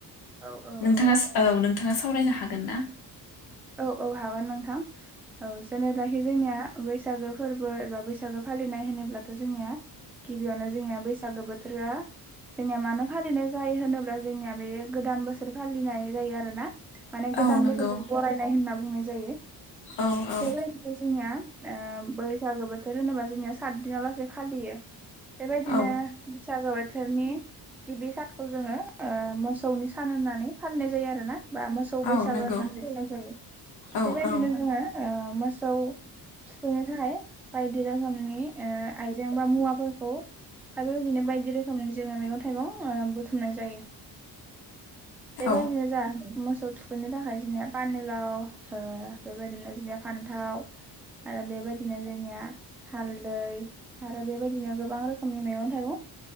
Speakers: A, in the centre; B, on the left.
A: औ औ
B: नोंथाङा
A: औ
B: औ नोंथाङा सावरायनो हागोन ना?
A: औ हागोन नोंथां औ जेनेलाखि जोंनिया बैसागो फोरबो एबा बैसागो फालिनाय होनोब्लाथ' जोंनिया गिबियावनो जोंनिया बैसागो बोथोरा जोंनिया मानो फालिनाय जायो होनोब्ला जोंनिया बेयो गोदान बोसोर फालिनाय जायो आरो ना माने गोदान
B: औ नंगौ
A: बोसोरखौ बरायनाय होनना बुंनाय जायो
B: औ औ
A: बेबायदिनो जोंनिया ओ बैसागो बोथोर होनोबा जोंनिया सात दिनाव लासै फालियो बेबायदिनो
B: औ
A: बैसागो बोथोरनि गिबि सानखौ जोङो ओ मोसौनि सान होननानै फालिनाय जायो आरो ना बा मोसौ बैसागो
B: औ नंगौ
A: होननानै <unintelligible>
B: औ
A: बेबायदिनो
B: औ
A: जोङो ओ मोसौ थुखैनो थाखाय बाय दि रोखोमनि ए आइजें बा मुवाफोरखौ दा बेबायदिनो बायदि रोखोमनि जोङो मैगं थाइगं ओ बुथुर मनाय जायो बेबायदिनो
B: औ
A: जा मोसौ थुखैनो थाखाय जोंनिया पानिलाव ओ बेबायदिनो जोंनिया फान्थाव आरो बेबायदिनो जोंनिया हालदै आरो बेबायदिनो गोबां रोखोमनि मैगं थाइगं